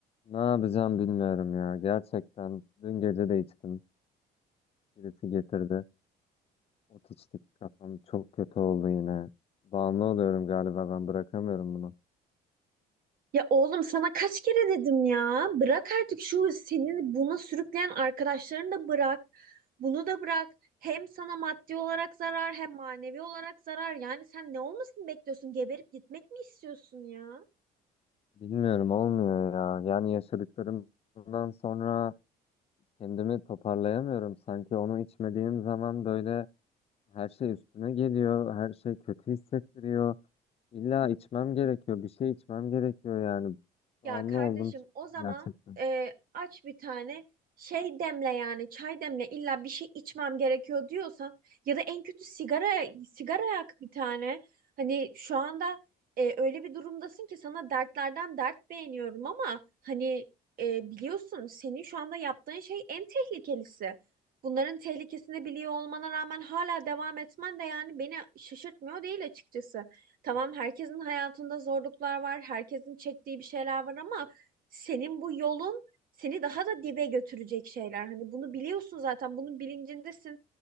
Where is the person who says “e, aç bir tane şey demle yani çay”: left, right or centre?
Right